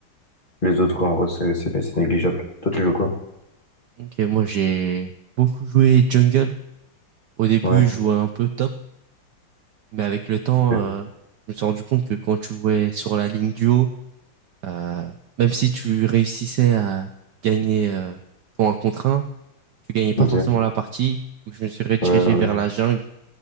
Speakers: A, on the left; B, on the right.
A: Les autres, en vrai, c'est c'est- c'est négligeable. Toi, tu joues quoi?
B: Ok, moi j'ai beaucoup joué jungle. Au début,
A: Ouais,
B: je jouais un peu top, mais avec le temps,
A: ok.
B: euh, je me suis rendu compte que quand tu jouais sur la ligne duo, Euh, même si tu réussissais à gagner euh, ton 1 contre 1, tu gagnais pas
A: Ok.
B: forcément la partie. Donc je me suis redirigé
A: Ouais, ouais,
B: vers la jungle.